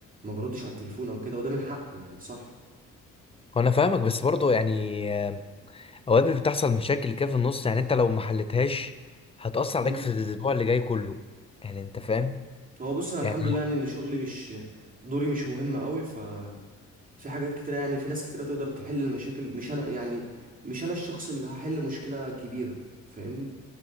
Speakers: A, on the right; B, on the left.
A: ما بردش على التليفون او كده وده من حقي يعني صح
B: هو انا فاهمك بس برضه يعني آه، اوقات بتحصل مشاكل كده في النص يعني انت لو ما حلتهاش هتأثر عليك
A: مم.
B: في الاسبوع اللي جاي كله يعني انت فاهم
A: هو بص انا
B: يعني
A: الحمد لله يعني ان شغلي مش دوري مش مهم قوي ف في حاجات كتيرة يعني في ناس كتيرة تقدر تحل المشاكل مش أنا يعني مش أنا الشخص اللي هحل مشكلة كبيرة فاهمني